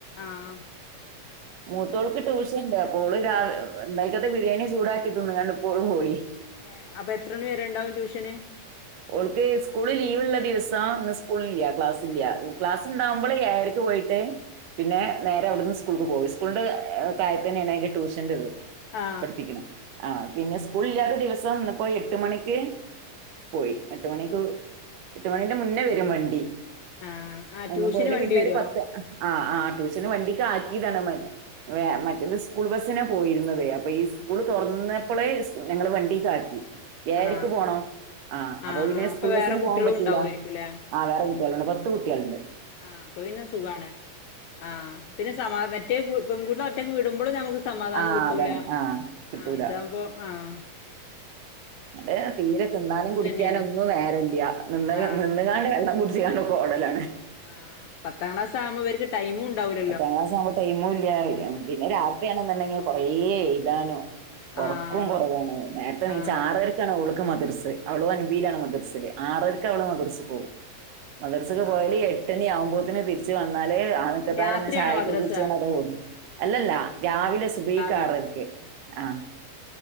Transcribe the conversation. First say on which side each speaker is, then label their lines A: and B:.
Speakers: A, on the left; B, on the right.
A: ആഹ്
B: മൂത്തോൾക്ക് ട്യൂഷൻ ഉണ്ട് അപ്പോള് രാ ഇന്നലെയക്കത്തെ ബിരിയാണി ചൂടാക്കി തിന്ന് കണ്ട് ഇപ്പോള് പോയി
A: ഏഹ് അപ്പൊ എത്ര മണി വരെ ഉണ്ടാവും ട്യൂഷന്
B: ഓള്ക്ക് സ്കൂള് ലീവ്ള്ള ദിവസം ഇന്ന് സ്കൂളില്ല ക്ലാസ് ഇല്ല
A: ആ
B: ക്ലാസ്ണ്ടാവുമ്പോള് ഏഴര ക്ക്‌ പോയിട്ടേ പിന്നെ നേരെ അവിടുന്ന് സ്കൂൾക്ക് പോവും. ഇസ്കൂളിന്റെ തായെ തന്നെയാണ് അതിന്റെ ട്യൂഷന്റെത്
A: ആ
B: പഠിപ്പിക്കണ്. ആഹ്. പിന്നെ സ്കൂൾ ഇല്ലാത്ത ദിവസം ഇന്നിപ്പോ എട്ട് മണിക്ക് പോയി. എട്ട് മണിക്ക് എട്ട് മണിന്റെ മുന്നേ വരും വണ്ടി
A: ആ ആ
B: അയിനേ
A: ട്യൂഷന്
B: പോലെ
A: വണ്ടി
B: പിന്നെ
A: വരുവോ
B: ഒരു പത്ത് ആഹ്. ആഹ് ട്യൂഷന് വണ്ടിക്ക് ആക്കിതാണ് മറ്റ്. മറ്റേത് സ്കൂൾ ബസ്സിനാ പോയിരുന്നതേ ഇപ്പോ ഈ സ്കൂള്
A: ആ
B: തൊറന്നേപ്പളെ ഇസ് ഞങ്ങള് വണ്ടികാക്കി. ഏഴരക്ക്‌
A: ആ
B: പോണം ആഹ് അപ്പോ
A: ആ
B: പിന്നെ
A: ആ അപ്പൊ
B: സ്കൂൾ ബസ്സിന്
A: വേറെ കുട്ടികളും
B: പോവാൻ പറ്റൂല്ല.
A: ഉണ്ടാവുമായിരിക്കുംല്ലേ
B: ആഹ് വേറെ കുട്ടികളുണ്ട് പത്ത് കുട്ട്യാളുണ്ട്.
A: ആഹ്, അപ്പ പിന്നെ സുഖാണ്. ആഹ് പിന്നെ സമാ മറ്റേ പെൺകൂട്ട്ളേ ഒറ്റക്ക് വിടുമ്പോഴും നമക്ക് സമാധാനം
B: ആഹ്
A: കിട്ടൂല.
B: അതാണ് ആഹ് കിട്ടൂല
A: ആഹ് ഇതാവുമ്പോ ആഹ്
B: അത് തീരെ തിന്നാനും കുടിക്കാനൊന്നും
A: തന്നെയാണ്
B: നേരല്യാ. നിന്ന്
A: ആ
B: നിന്നുങ്ങാണ്ട് വെള്ളം കുടി ച്ച് അങ്ങ്ട് ഓടലാണ്
A: ആഹ് പത്താം ക്ലാസ് ആവുമ്പോ ഇവർക്ക് ടൈമുണ്ടാവൂല
B: പത്താം ക്ലാസ് ആവുമ്പ ടൈമുല്ല. പിന്നെ പിന്നെ രാത് ത്രി ആണെന്നുണ്ടെങ്കി കൊറേ എയ്താനും. ഒർ
A: ആഹ്
B: ക്കും കൊറവാണ് നേരത്തെ നീച്ച
A: ആഹ്
B: ആറരക്കാണ് ഔൾക്ക് മദ്രസേ അവളും ഒൻപിയിലാണ് മദ്രസേൽ ആറര ക്ക്‌ ഓള് മദ്രസ്സ്ക്ക്
A: ആഹ്
B: പോകും. മദ്രസക്ക് പോയാല്
A: ആഹ്
B: എട്ടണി ആവുമ്പോത്തേന് തിരിച്ച് വന്നാല്, ആ <unintelligible>
A: രാത്രിയാണോ
B: ലന്നേ ചായക്കെ
A: മദ്രസ
B: കുടിച്ച് <unintelligible> അല്ലല്ല രാവിലെ സുബഹിക്കാറരക്ക്.
A: രാവിലെ
B: ആഹ്